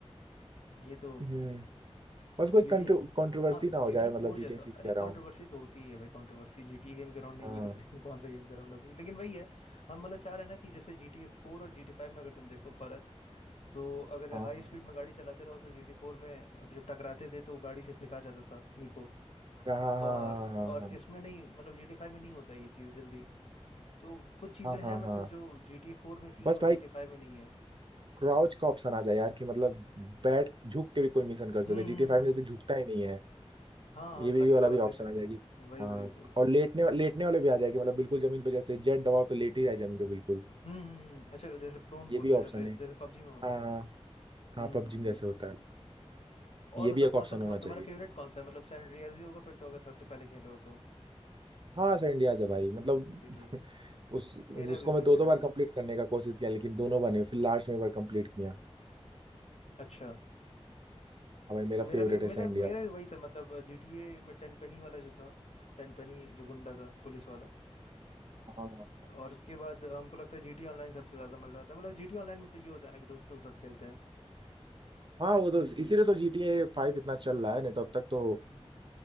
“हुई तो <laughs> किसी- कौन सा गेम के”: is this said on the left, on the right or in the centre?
Left